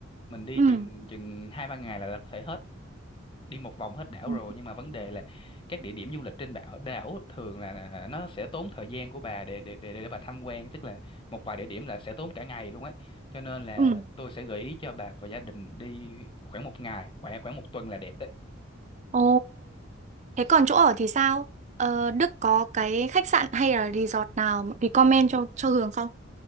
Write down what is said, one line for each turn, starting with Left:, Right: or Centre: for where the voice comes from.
Left: mình đi
Right: Ừ.
Left: chừng chừng hai ba ngày là, là có thể hết đi một vòng hết đảo
Right: Ừ.
Left: rồi nhưng mà vấn đề là các địa điểm du lịch trên đảo đảo thường là, là là nó sẽ tốn thời gian của bà để để để để bà tham quan tức là một vài địa điểm là sẽ tốn cả ngày luôn ấy cho nên là
Right: ừ.
Left: tôi sẽ gợi ý cho bà và gia đình đi khoảng một ngày khoảng khoảng một tuần là đẹp đấy
Right: Ồ, thế còn chỗ ở thì sao? Ờ, Đức có cái khách sạn hay là resort nào recommend cho cho Hường không?